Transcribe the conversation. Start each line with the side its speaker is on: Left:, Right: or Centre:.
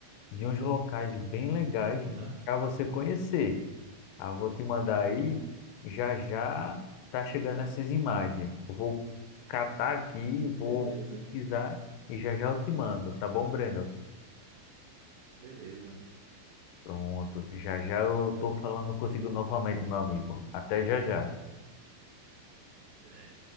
Left: de uns locais bem legais
Right: Tá.
Left: para você conhecer. Ah, vou te mandar aí, já já tá chegando essas imagens. Eu vou catar aqui, vou
Right: Beleza.
Left: pesquisar e já já eu te mando, tá bom, Breno?
Right: Beleza.
Left: Pronto, já já eu tô falando contigo novamente, meu amigo. Até já já.
Right: Até.